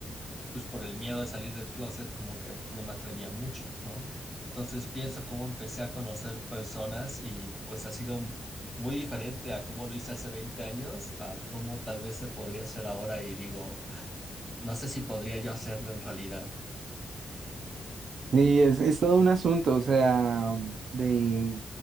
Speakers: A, in the centre; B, on the right.
A: pues por el miedo de salir del closet como que pues no me atrevía mucho, ¿no? Entonces pienso cómo empecé a conocer personas y pues ha sido muy diferente a cómo lo hice hace 20 años, a cómo tal vez se podría hacer ahora y digo... No sé si podría yo hacerlo en realidad.
B: Y es, es todo un asunto, o sea, de